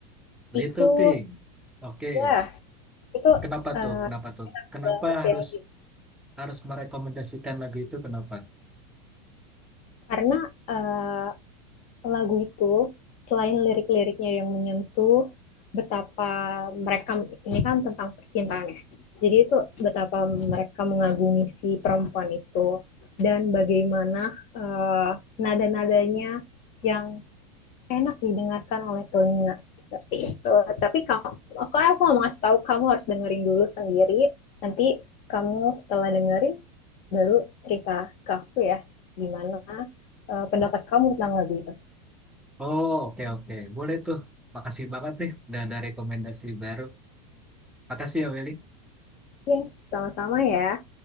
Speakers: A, in the centre; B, on the left.
A: Little
B: Itu,
A: Thing, oke.
B: wah, itu
A: Kenapa
B: eh,
A: tuh? Kenapa tuh? Kenapa
B: banget
A: harus
B: ya gitu.
A: harus merekomendasikan lagu itu? Kenapa?
B: Karena eh, lagu itu selain lirik-liriknya yang menyentuh, betapa mereka ini kan tentang percintaan ya. Jadi itu betapa mereka mengagumi si perempuan itu dan bagaimana eh, nada-nadanya yang enak didengarkan oleh telinga seperti itu. Tapi kalau aku aku mau ngasih tahu kamu harus dengerin dulu sendiri. Nanti kamu setelah dengerin baru cerita ke aku ya gimana eh, pendapat kamu tentang lagu itu.
A: Oh, oke oke. Boleh tuh. Makasih banget nih udah ada rekomendasi baru. Makasih ya Willy.
B: Ya, yeah, sama-sama ya.